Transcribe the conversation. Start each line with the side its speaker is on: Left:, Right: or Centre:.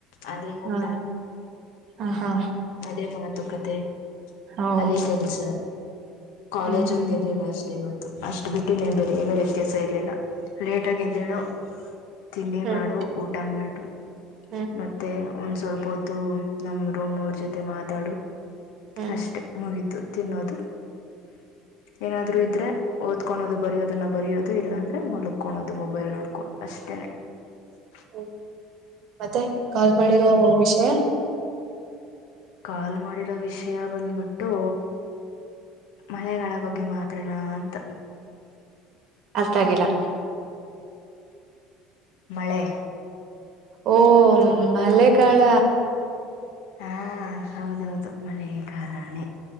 Left: ಅದೇ ಊಟ
Right: ಹ ಹ ಹಾ
Left: ಅದೇ ಮಾತುಕತೆ
Right: ಓ
Left: ಅದೇ ಕೆಲಸ ಕಾಲೇಜ್
Right: ಹ್ಮ್ ಹ್ಮ್
Left: ಒಂದ್ ಇರ್ಲಿಲ್ಲ ಅಷ್ಟೆ ಇವತ್ತು ಅಷ್ಟ್ ಬಿಟ್ಟು ನೀನ್ ಬೇರೆ ಏನೋ ವ್ಯತ್ಯಾಸ ಇರ್ಲಿಲ್ಲ ಲೇಟ್ ಆಗ ಇದ್ದೇಳು ತಿಂಡಿ
Right: ಹ್ಮ್
Left: ಮಾಡು ಊಟ ಮಾಡು
Right: ಹ್ಮ್
Left: ಮತ್ತೆ ಒಂದ್ ಸ್ವಲ್ಪ ಹೊತ್ತು ನಮ್ ರೋಮ್ ಅವ್ರ ಜೊತೆ ಮಾತಾಡು
Right: ಹ್ಮ್
Left: ಅಷ್ಟೆ ಮುಗತು ತಿನ್ನೋದು ಏನಾದ್ರು ಇದ್ರೆ ಓದ್ಕೊಳೋದು ಬರಿಯೋದನ್ನ ಬರಿಯೋದು ಇಲ್ಲಾಂದ್ರೆ ಮಲಕೋಳೋದು ಮೊಬೈಲ್ ನೋಡ್ಕೊಂಡ ಅಷ್ಟೇನೆ ಹ
Right: ಹ್ಮ ಮತ್ತೆ ಕಾಲ್ ಮಾಡಿರೋ ವಿಷಯ
Left: ಕಾಲ್ ಮಾಡಿರೋ ವಿಷಯ ಬಂದ್ಬಿಟ್ಟು ಮಳಗಳ ಬಗ್ಗೆ ಮಾತ್ರೋಣ ಅಂತ
Right: ಅಷ್ಟ ಆಾಗಿಿಲ್ಲ
Left: ಮಳೆ
Right: ಓ ಮಳೆಗಾಳ
Left: ಹಾ ಹೌದೌದು ಮಳೆಯ ಕಾಲಾನೆ